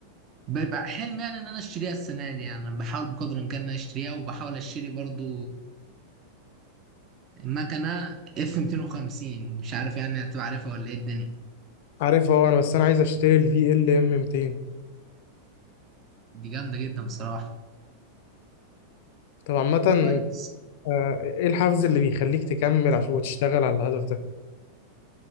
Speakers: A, on the right; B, on the left.
A: بيبقى حلم يعني ان انا اشتريها السنه دي يعني انا بحاول بقدر الامكان ان انا اشتريها وبحاول اشتري برضو مكنه اف 250 مش عارف يعني هتبقى عارفها ولا ايه الدنيا
B: عارفها هو انا بس انا عايز اشتري الفي ال ام 200
A: دي جامده جدا بصراحه
B: طب عامه
A: كويس
B: آه، ايه الحافز اللي بيخليك تكمل عشان وتشتغل على الهدف ده